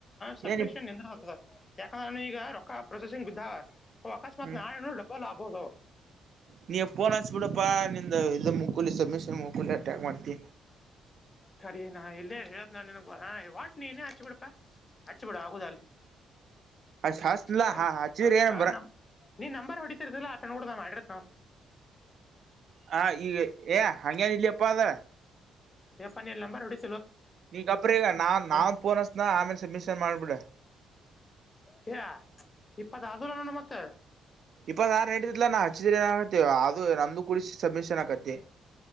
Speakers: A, on the left; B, on the right.
A: ಸಬ್ಮಿಷನ್
B: ಏನ್
A: <unintelligible> ಯಾಕಂದ್ರನು ಈಗ ರೊಕ್ಕ ಪ್ರೊಸೆಸಿಂಗ್ ಬಿದ್ದಾವ ಅಕಸ್ಮಾತ್
B: ಹ್ಮ್
A: ನಾಳೆನು ಡಬ್ಬಲ್ ಆಬಹುದು.
B: ನೀ ಫೋನ್ ಹಚ್ಚಿಬಿಡಪ್ಪ ನಿಂದ ಇದ ಮುಕೂಲಿ ಸುಭ್ಮಿಷನ್ ಮುಕೂಲಿ ಮತ್ ಯಾಕ್ ಮಾಡ್ತಿ
A: ತಡಿ ನಾನ್ ಇಲ್ಲೇ ಹೇಳತಿನಿ ನಿನಗ ವಾಟ್ನೀನೇ ಹಚ್ಬಬಿಡಪ್ಪ ಹಚ್ಚ್ ಬಿಡ ಆಗುದಾಗ್ಲಿ
B: ಅಷ್ಟ್ ಹಸ್ಲಾ
A: ಸ್ವಲ್ಪ
B: ಹ ಹಚ್ಚಿದ್ರ
A: ಸ್ವಲ್ಪ
B: ಏನ್ ಬರ
A: ನಮ್ ನೀ ನಂಬರ್ ಹೊಡತಿರದಿಲ್ಲ ಅಟ ನೋಡದಾಮ ಅಡ್ರೆಸ್ ನಾವು.
B: ಹ ಈಗ ಏ ಹಂಗೆೇನ್ ಇಲ್ಲಿಯಪ್ಪ ಅದ.
A: ಯಪ್ಪಾ ನಿನ್ನ ನಂಬರ್ ಹೊಡಿ
B: ನೀಗಪ್ರ ಇರುನಾನ್ ನಾನ್ ಪೋನ್ ಹಚ್ಚನ ಆಮೇಲೆ ಸುಭ್ಮಿಷನ್ ಮಾಡ್ಬಿಡು
A: ಹೇ ಇಪ್ಪತ್ ಅದು ನೋಡುಮತ್ತೆ
B: ಇಪ್ಪತ್ತ ಆರ ನೆಡಿತಾಯಿತ್ಲೆ ನಾ ಹಚ್ಚಿದ ಏನಕತ್ತ ಅದು ನಂದು ಕೂಡ ಸಬ್ಮಿಷನ್ ಆಕತಿ